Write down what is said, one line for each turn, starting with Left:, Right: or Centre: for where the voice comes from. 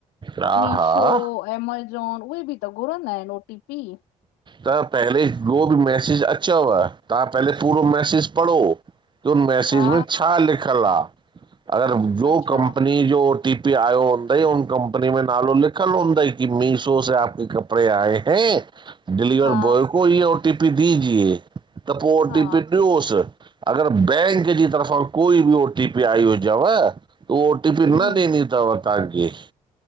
Right: हा
Left: मीशो
Right: हा
Left: अमेजाॅन उहे बि त घुरंदा आहिनि ओटीपी?
Right: त पहले को बि मैसेज अचव, तहां पहले पूरो मैसेज पढ़ो। त मैसेज
Left: हा
Right: में छा लिखल आ, अगर जो
Left: अच्छा
Right: कंपनी की, जो ओटीपी आयो हूंदई, उन कंपनी में नालो लिखयल हूंदई कि मीशो से आप के घर कपड़े आए है। डिलीवर
Left: हा
Right: बॉय को ये ओटीपी दीजिए, त पो ओटीपी
Left: हा
Right: ॾियोस। अगर बैंक जी तरफ़ा कोई बि ओटीपी आई हुजेव, त ओ टीपी
Left: हम
Right: न ॾेनी तव तांखे।